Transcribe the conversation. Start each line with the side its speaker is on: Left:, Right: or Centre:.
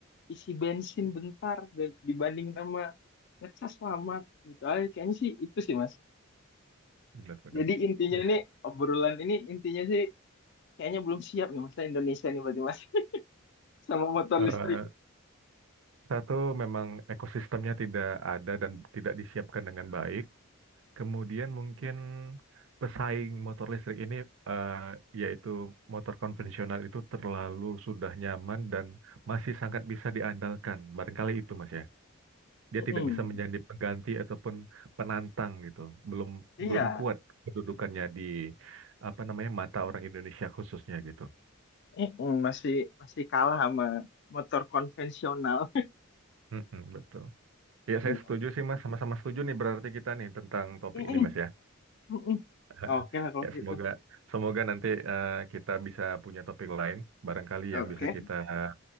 Left: isi bensin bentar da- dibanding sama ngecas lama gitu aja kayaknya sih itu sih mas
Right: Benar-benar.
Left: jadi intinya
Right: Ya.
Left: ini obrolan ini intinya sih kayaknya belum siap nih mas Indonesia nih berarti mas <laughs> sama motor
Right: Eh,
Left: listrik
Right: satu memang ekosistemnya tidak ada dan tidak disiapkan dengan baik. Kemudian mungkin pesaing motor listrik ini eh, yaitu motor konvensional itu terlalu sudah nyaman dan masih sangat bisa diandalkan. Barangkali itu Mas ya. Dia
Left: Mm-mm.
Right: tidak bisa menjadi pengganti ataupun penantang gitu. Belum
Left: iya
Right: belum kuat kedudukannya di apa namanya mata orang Indonesia khususnya gitu.
Left: Mm-mm. masih masih kalah sama motor konvensional <laughs>
Right: Mm-mm, betul. Ya,
Left: Mm.
Right: saya setuju sih Mas, sama-sama setuju nih berarti kita nih tentang topik
Left: Mm-mm.
Right: ini Mas ya.
Left: Mm-mm.
Right: <laughs>
Left: oke lah kalau
Right: Ya,
Left: gitu
Right: semoga semoga nanti eh, kita bisa punya topik lain barangkali yang
Left: oke
Right: bisa kita eh,